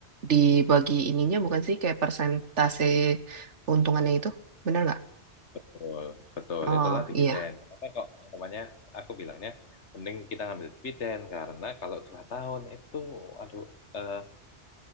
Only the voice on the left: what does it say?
Betul, betul.
Itulah dividen.
Kenapa kok anggapannya aku bilangnya mending kita ngambil dividen karena kalau dua tahun itu, aduh, eh,